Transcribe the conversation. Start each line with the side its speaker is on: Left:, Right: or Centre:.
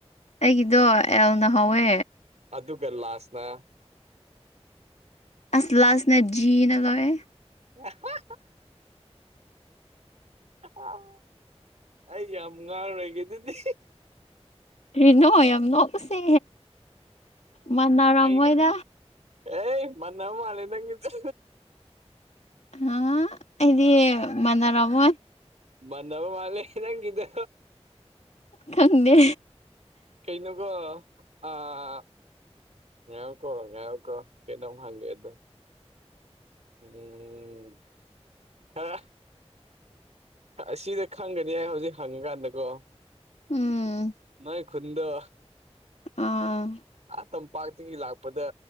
Left: ꯑꯩꯒꯤꯗꯣ ꯑꯦꯜꯅ ꯍꯧꯋꯦ
Right: ꯑꯗꯨꯒ ꯂꯥꯁꯅ
Left: ꯑꯁ ꯂꯥꯁꯅ ꯖꯤꯅ ꯂꯣꯏꯌꯦ
Right: <unintelligible> ꯑꯥ ꯑꯩ ꯌꯥꯝ ꯉꯥꯡꯔꯣꯏꯒꯦ ꯑꯗꯨꯗꯤ
Left: ꯀꯔꯤꯅꯣ ꯌꯥꯝ ꯅꯣꯛꯄꯁꯦ ꯃꯅꯔꯝꯃꯣꯏꯗ
Right: ꯑꯩꯅ ꯑꯦ ꯃꯅꯥ ꯃꯥꯂꯦ ꯅꯪꯒꯤꯖꯦ
Left: ꯍꯥ ꯑꯩꯗꯤ ꯃꯅꯔꯝꯃꯣꯏ
Right: ꯃꯥꯟꯅꯕ ꯃꯥꯜꯂꯦ ꯅꯪꯒꯤꯗꯣ
Left: ꯈꯪꯗꯦ
Right: ꯀꯩꯅꯣꯀꯣ ꯑꯥ ꯉꯥꯏꯌꯣꯀꯣ ꯉꯥꯢꯌꯣꯀꯣ ꯀꯩꯅꯣꯝ ꯍꯪꯒꯦꯑꯗꯨ ꯎꯝ ꯍꯥ ꯑꯁꯤꯗ ꯈꯪꯒꯅꯤ ꯍꯥꯏ ꯍꯧꯖꯤꯛ ꯍꯪꯉꯀꯥꯟꯗꯀꯣ
Left: ꯎꯝ
Right: ꯅꯣꯏ ꯈꯨꯟꯗꯣ
Left: ꯑꯥ
Right: ꯑ ꯇꯝꯄꯥꯛꯇꯒꯤ ꯂꯥꯛꯄꯗ